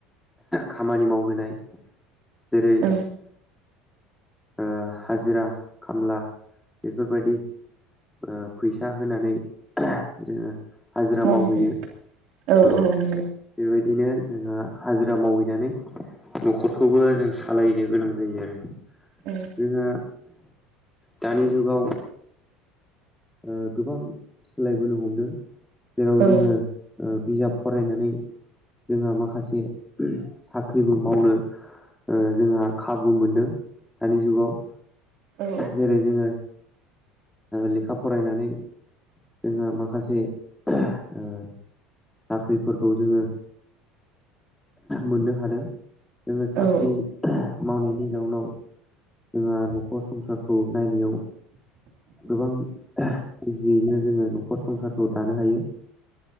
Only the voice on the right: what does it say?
औ
मावहोनाय
औ नंगौ
औ।
औ
औ
औ